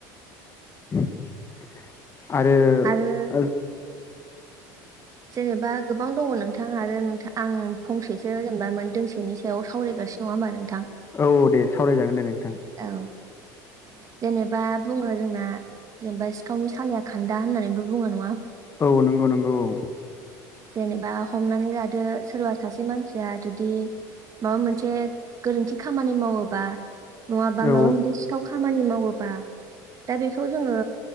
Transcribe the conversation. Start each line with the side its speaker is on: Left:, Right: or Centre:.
Left: <inaudible> आरो
Right: आरो
Left: ओ
Right: जेनेबा गोबां दङ नोंथां आरो आं फंसेसो बामोन दोंसेनि सायाव सावरायगासिनो नङा होमबा नों
Left: औ दे सावराय जागोन दे नोंथां।
Right: औ जेनेबा बुङो जोंना जेनेबा सिखावनि सालाया खान्दा होननानैबो बुङो न
Left: औ नंगौ नंगौ औ।
Right: जेनेबा हमनानै लादो सोरबा सासे मानसिया जुदि माबा मोनसे गोरोन्थि खामानि मावोबा नङाबा
Left: औ
Right: माबा मोनसे सिखाव खामानि मावोबा दा बेखौ जोङो